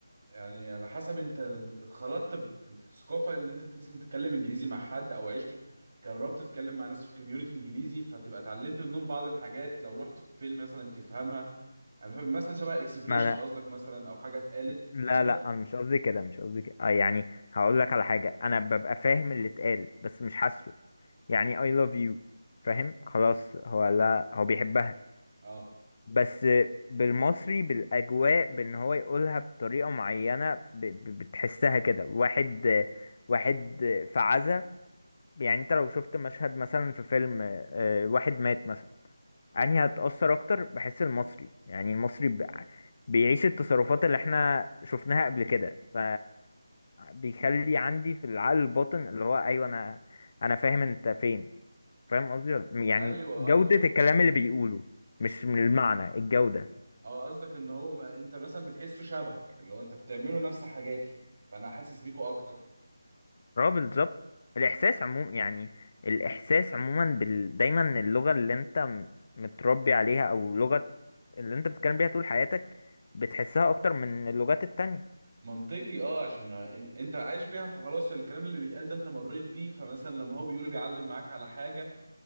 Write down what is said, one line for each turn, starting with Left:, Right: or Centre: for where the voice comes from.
Right: يعني على حسب انت اتخلطت بثقافه ان انت مثلا تتكلم انجليزي مع حد او عشت في جربت تتكلم مع ناس في كوميونتي انجليزي فتبقى اتعلمت منهم بعض الحاجات لو رحت في فيلم مثلا تفهمها انا فاهم مثلا شبه اكسبريشن
Left: ما أنا
Right: قصدك مثلا او حاجه اتقالت
Left: لا
Right: بالمصري
Left: لا انا مش قصدي كده مش قصدي كده آه يعني هقول لك على حاجه انا ببقى فاهم اللي اتقال بس مش حاسه يعني I love you فاهم خلاص هو لا هو بيحبها
Right: اه
Left: بس بالمصري بالاجواء بان هو يقولها بطريقه معينه ب- ب- بتحسها كده واحد واحد في عزا يعني انت لو شفت مشهد مثلا في فيلم آه، واحد مات مثلا انهي هتأثر اكتر بحس المصري يعني المصري ب- بيعيش التصرفات اللي احنا شفناها قبل كده ف بيخلي عندي في العقل الباطن اللي هو ايوه انا انا فاهم انت فين فاهم قصدي ولا- يعني
Right: ايوه
Left: جودة
Right: اه اللي هو
Left: الكلام اللي بيقوله مش من المعنى الجودة
Right: اه قصدك ان هو ما انت مثلا بتحسه شبهك اللي هو انت بتعمله نفس حاجاتي فانا حاسس بيكوا اكتر
Left: اه بالظبط الاحساس عموما يعني الاحساس عموما بال... دايما اللغه اللي انت م- متربي عليها او لغه اللي انت بتتكلم بيها طول حياتك بتحسها اكتر من اللغات التانية
Right: منطقي اه عشان إن- انت عايش بيها فخلاص الكلام اللي بيتقال ده انت مريت بيه فمثلا لما هو بيقوله بيعلم معاك على حاجة